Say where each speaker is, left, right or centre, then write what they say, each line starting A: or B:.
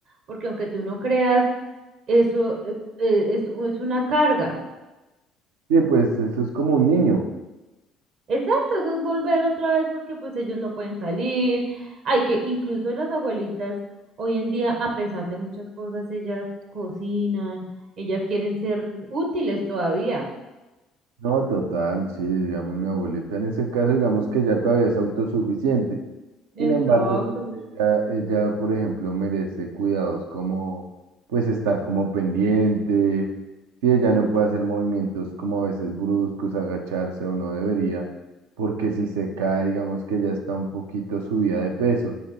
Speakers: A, on the right (about 65°); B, on the right (about 85°).
A: porque aunque tú no creas, eso eh, eh, es es una carga.
B: Sí, pues eso es como un niño.
A: Exacto, eso es volver otra vez porque pues ellos no pueden salir. Hay que, incluso las abuelitas hoy en día, a pesar de muchas cosas, ellas cocinan, ellas quieren ser útiles todavía.
B: No, total, sí, digamos, mi abuelita en ese caso, digamos que ya todavía es autosuficiente.
A: Exacto.
B: Sin embargo, pues ella, ella, por ejemplo, merece cuidados como, pues estar como pendiente, si ella no puede hacer movimientos como a veces bruscos, agacharse o no debería, porque si se cae, digamos que ya está un poquito subida de peso.